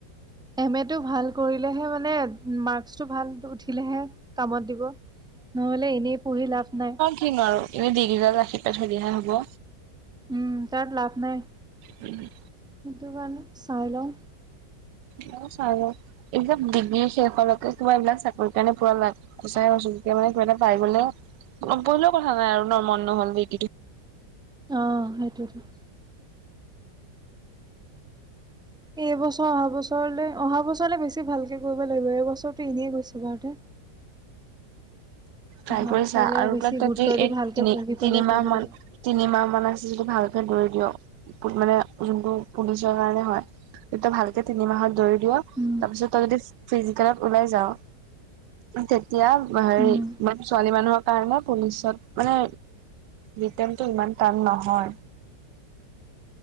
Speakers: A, in the centre; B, on the right (about 80°).
A: এম এ টো ভাল কৰিলেহে মানে মাৰ্কচটো ভাল উঠিলেহে কামত দিব নহলে এনেই পঢ়ি লাভ নাই।
B: কি নোৱাৰো এনে ডিগ্ৰীডাল ৰাখি পেলাই থৈ দিয়াহে হ'ব
A: উম তাত লাভ নাই
B: উম
A: সেইটো কাৰণে চাই লং
B: ময়ো চাই লও এইবিলাক ডিগ্ৰী শেষ হোৱালৈকে কিবা এইবিলাক চাকৰি কাৰণে পুৰা লা সঁচাই কৈছো এতিয়া মানে কিবা এটা পাই গলে নপঢ়িলেও কথা নাই আৰু ন মন নহলে কিতো
A: অ সেইটোৱেইটো এইবছৰ অহা বছৰলৈ অহা বছৰলৈ বেছি ভালকে কৰিব লাগিব এইবছৰটো এনেই গৈছে বাৰুতে
B: ট্ৰাই
A: অহা
B: কৰিছা
A: বছৰলে
B: আৰু
A: বেছি
B: বোলে তহঁতি
A: গুৰুত্ব দি
B: এই
A: ভালকে
B: তিনি
A: পঢ়ি পেলাই
B: তিনিমাহ
A: কৰিব
B: মান
A: লাগিব
B: তিনিমাহ মান আছে যিটো ভালকে দৌৰি দিয়ক মানে যোনটো পুলিচৰ কাৰণে হয়। তই ভালকে তিনিমাহত দৌৰি লোৱা
A: উম
B: তাৰপিছত তই যদি ফিজিকেলত ওলাই যাৱ তেতিয়া হেৰি
A: উম
B: মানে ছোৱালী মানুহৰ কাৰণে পুলিচত মানে ৰিটেনটো ইমান টান নহয়